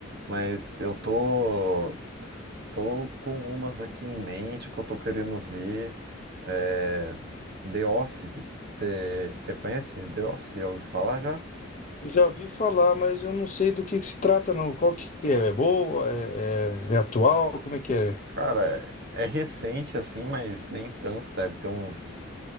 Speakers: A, on the right (about 55°); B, on the left (about 40°).
A: mas eu tô, tô com umas aqui em mente que eu tô querendo ver. É, The Office, você conhece The Office? Já ouviu falar já?
B: Eu já ouvi falar, mas eu não sei do que que se trata, não. Qual que é? É boa? É, é- é atual? Como é que é?
A: Cara, é é recente assim, mas nem tanto, deve ter uns